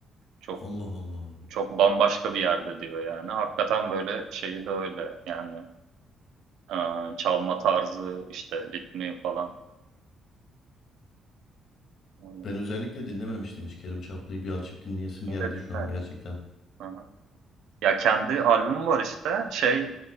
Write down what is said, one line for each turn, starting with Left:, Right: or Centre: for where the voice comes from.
Right: çok
Left: Allah Allah.
Right: çok bambaşka bir yerde diyor yani. Hakikaten böyle şeyi de öyle yani e, çalma tarzı işte ritmi falan. Öyle.
Left: Ben özellikle dinlememiştim hiç Kerim Çaplı'yı. Bir açıp dinleyesim geldi
Right: ritmi?
Left: şu an gerçekten.
Right: Hı hı. Ya kendi albümü var işte. Şey